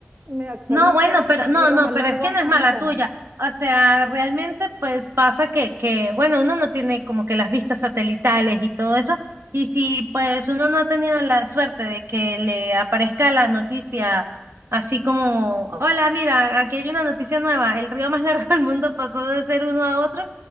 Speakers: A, on the right; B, on the right.
A: me actualizo,
B: No, bueno, pero
A: río
B: no, no,
A: más
B: pero
A: largo,
B: es que no
A: Amazonas.
B: es mala tuya. O sea, realmente pues pasa que, que, bueno, uno no tiene como que las vistas satelitales y todo eso. Y si pues uno no ha tenido la suerte de que le aparezca la noticia así como, hola, mira, aquí hay una noticia nueva, el río más <laughs> largo del mundo pasó de ser uno a otro,